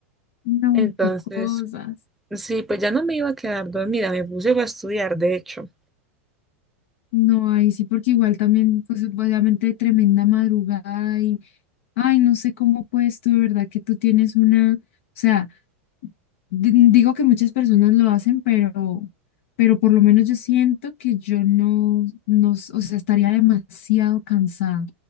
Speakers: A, on the left (about 65°); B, in the centre.
A: No,
B: entonces,
A: qué cosas.
B: sí, pues ya no me iba a quedar dormida, me puse a estudiar, de hecho.
A: No, ahí sí, porque igual también, pues obviamente tremenda madrugada y Ay, no sé cómo puedes tú, de verdad, que tú tienes una, o sea, di- digo que muchas personas lo hacen, pero, pero por lo menos yo siento que yo no, no, s- o sea, estaría demasiado cansada,